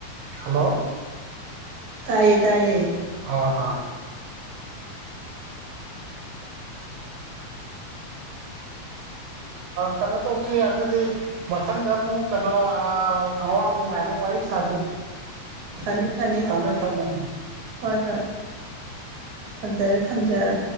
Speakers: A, on the right; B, on the right.
A: ꯍꯂꯣ
B: ꯇꯥꯏꯌꯦ ꯇꯥꯏꯌꯦ
A: ꯑꯥ ꯑꯥ ꯀꯩꯅꯣ ꯇꯧꯁꯤ ꯑꯗꯨꯗꯤ ꯃꯊꯪꯗ ꯑꯃꯨꯛ ꯀꯩꯅꯣ ꯑꯋꯥ ꯅꯨꯡꯉꯥꯏꯕ ꯑꯣꯏ ꯁꯥ
B: ꯐꯅꯤ ꯐꯅꯤ
A: ꯊꯃꯦ ꯊꯃꯦ
B: ꯍꯣꯏ ꯍꯣꯏ ꯊꯝꯖꯔꯦ ꯊꯝꯖꯔꯦ